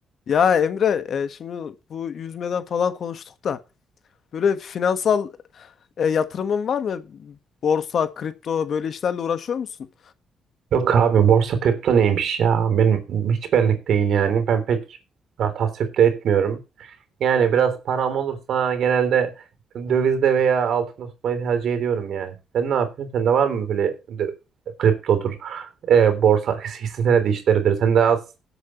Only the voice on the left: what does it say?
Ya Emre, e, şimdi bu yüzmeden falan konuştuk da böyle finansal e, yatırımın var mı? Borsa, kripto böyle işlerle uğraşıyor musun?